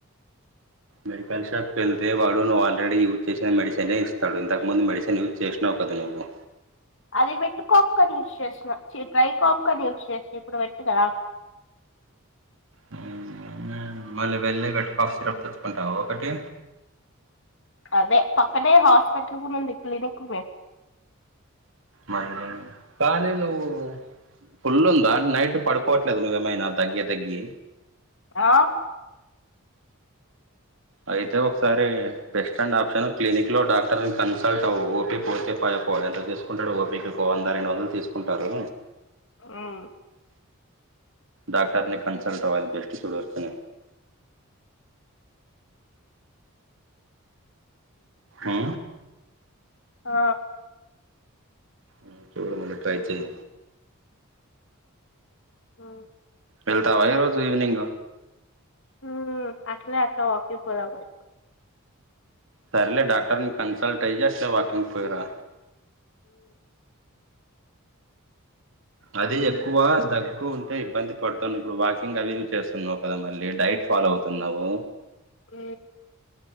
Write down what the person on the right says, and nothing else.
మెడిల్ షాప్కి వెళ్తే వాడు నువ్వు ఆల్రడీ యూజ్ చేసిన మెడిసేనే ఇస్తా ఇంతముందు మెడిసిన్ యూజ్ చేసినవు కదా ను ఓవో
ఊ మళ్ళీ వెళ్ళి వెట్ కాఫ్ సిరప్ తెచ్చుకుంటావు ఒకటి
మనం కానీ నువ్వు ఫుల్ ఉందా నైట్ పడుకోవ లేదు నువ్వేమయిన తగ్గి తగ్గి
అయితే ఒకసారి బెస్ట్ అండ్ ఆప్షన్ క్లినిక్ లో డాక్టర్ కన్సల్ట్ అవు ఓకె పోతే పయ ఎంత తీసుకుంటాడు ఓపికి వంద రండు రోజులు తీసుకుంటారు
డాక్టర్ని కన్సల్ట్ అది బెస్ట్ చూడు వర్క్ ని ఆ
ఊ చూడు ముందు ట్రై చెయ్
వెళ్తావా ఈ రోజు ఈవినింగ్
సర్లే డాక్టర్ని కన్సల్ట్ అయి అట్ల వాకింగ్ పోయిరా అది ఎక్కువ తగ్గు ఉంటే ఇబ్బంది పడుతం ఇప్పుడు వాకింగ్ అవి ఇవి చేస్తున్నావ్ కదా మళ్ళీ డైట్ ఫాలో అవుతున్నావు